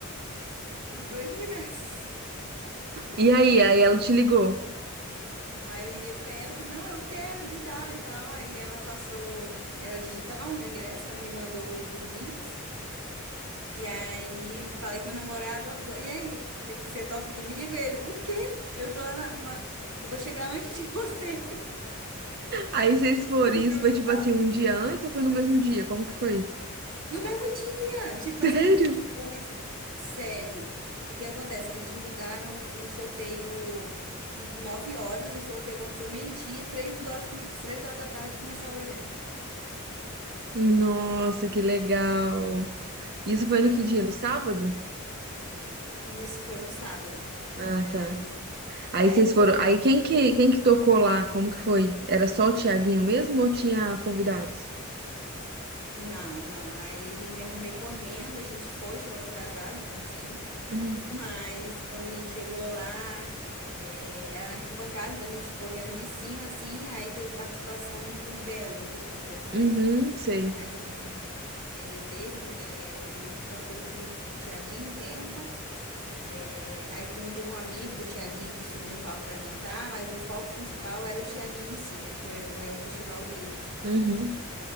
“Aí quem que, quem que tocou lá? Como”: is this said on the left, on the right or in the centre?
Right